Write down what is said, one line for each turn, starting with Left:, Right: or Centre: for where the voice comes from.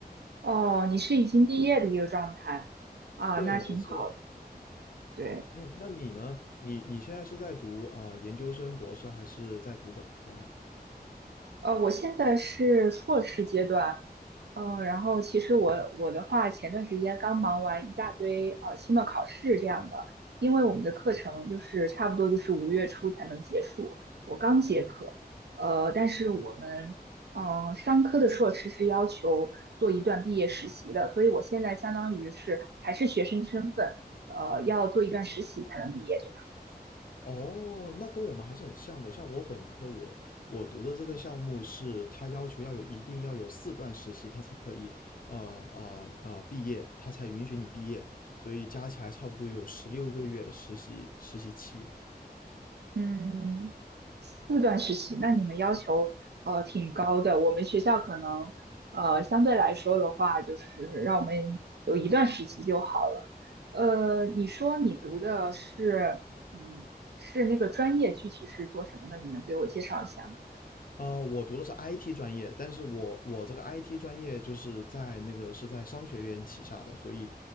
Right: 哦，你是已经毕业的一个状态啊，
Left: 对，
Right: 那挺好的。
Left: 没错。
Right: 对，
Left: 嗯，那你呢？你你现在是在读啊、研究生、博士，还是在读本科呀？
Right: 呃，我现在是硕士阶段，嗯，然后其实我我的话，前段时间刚忙完一大堆呃期末考试这样的，因为我们的课程就是差不多就是五月初才能结束，我刚结课，呃，但是我们嗯、呃商科的硕士是要求做一段毕业实习的，所以我现在相当于是还是学生身份，呃，要做一段实习才能毕业这样。
Left: 哦，那跟我们还是很像的。像我本科我，我读的这个项目是，他要求要有一定要有四段实习，他才可以，呃呃呃，毕业，他才允许你毕业。所以加起来差不多有十六个月的实习实习期。
Right: 嗯，四段实习，那你们要求呃挺高的。我们学校可能呃相对来说的话，就是让我们有一段实习就好了。呃，你说你读的是嗯是那个专业，具体是做什么的？你能给我介绍一下吗？
Left: 呃，我读的是 IT 专业，但是我我这个 IT 专业就是在那个是在商学院旗下的，所以，